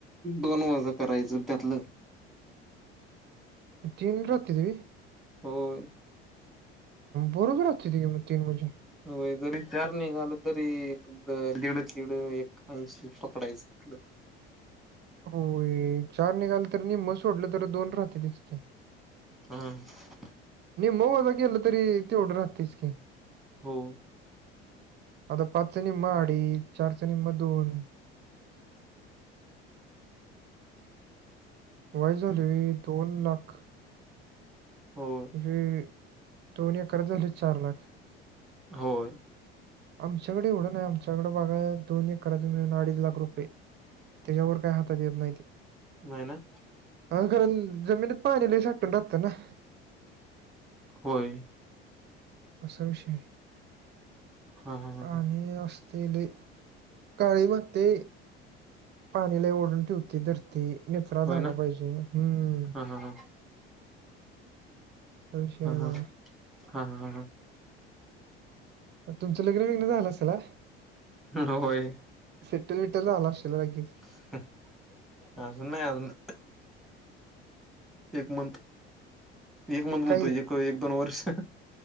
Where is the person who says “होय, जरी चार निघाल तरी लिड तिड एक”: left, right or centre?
Centre